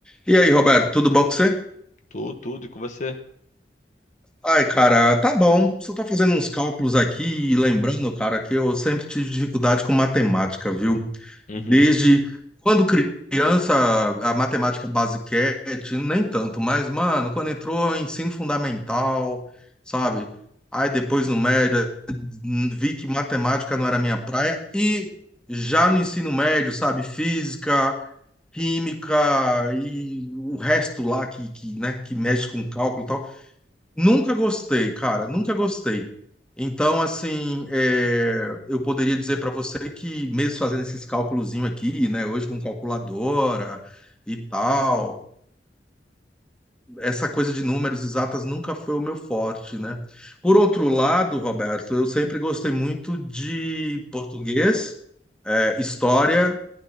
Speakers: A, in the centre; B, on the left.
A: E aí, Roberto, tudo bom com você?
B: Tudo, tudo. E com você?
A: Ai, cara, tá bom. Só tô fazendo uns cálculos aqui e lembrando, cara, que eu sempre tive dificuldade com matemática, viu?
B: Uhum.
A: Desde quando criança, a matemática basiquete, nem tanto, mas, mano, quando entrou em ensino fundamental, sabe? Aí depois no médio, vi que matemática não era minha praia e já no ensino médio, sabe, física. química e o resto lá que, que, né, que mexe com cálculo e tal. Nunca gostei, cara, nunca gostei. Então, assim, é, eu poderia dizer para você que, mesmo fazendo esses cálculozinho aqui, né, hoje com calculadora e tal, essa coisa de números exatas nunca foi o meu forte, né? Por outro lado, Roberto, eu sempre gostei muito de português, é, história